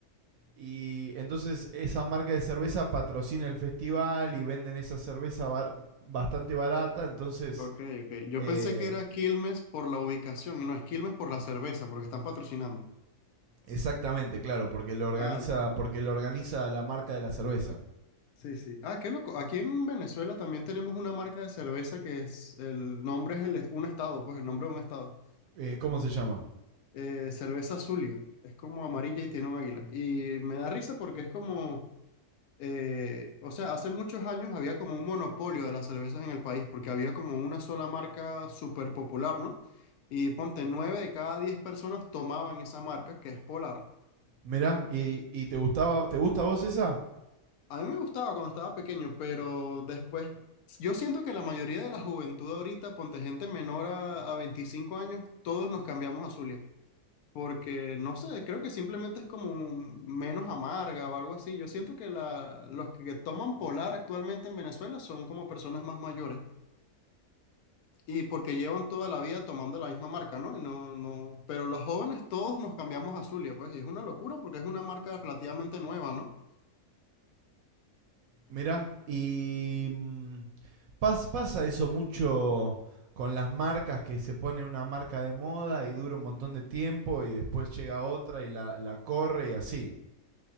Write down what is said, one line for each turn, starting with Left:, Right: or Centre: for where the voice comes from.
Right: Y entonces esa marca de cerveza patrocina el festival y venden esa cerveza bar- bastante barata. Entonces,
Left: Ok, ok. Yo
Right: eh,
Left: pensé que era Quilmes por la ubicación y no es Quilmes por la cerveza, porque están patrocinando.
Right: exactamente, claro, porque lo organiza,
Left: Ah,
Right: porque lo organiza la marca de la cerveza.
Left: Sí, sí. Ah, qué loco. Aquí en Venezuela también tenemos una marca de cerveza que es, el nombre es el- un estado, pues el nombre de un estado.
Right: Eh, ¿Cómo se llama?
Left: Eh, cerveza Zulia. Es como amarilla y tiene un águila. Y me da risa porque es como, eh, o sea, hace muchos años había como un monopolio de las cervezas en el país porque había como una sola marca súper popular, ¿no? Y ponte, nueve de cada diez personas tomaban esa marca, que es Polar.
Right: Mirá, ¿y, y te gustaba, te gusta a vos esa?
Left: A mí me gustaba cuando estaba pequeño, pero después, yo siento que la mayoría de la juventud ahorita, ponte gente menor a, a 25 años, todos nos cambiamos a Zulia. Porque, no sé, creo que simplemente es como un- menos amarga o algo así. Yo siento que la, los que toman Polar actualmente en Venezuela son como personas más mayores. Y porque llevan toda la vida tomando la misma marca, ¿no? Y no, no... Pero los jóvenes todos nos cambiamos a Zulia, pues, y es una locura porque es una marca relativamente nueva, ¿no?
Right: Mirá, y mm, pas- pasa eso mucho con las marcas, que se pone una marca de moda y dura un montón de tiempo y después llega otra y la, la corre y así.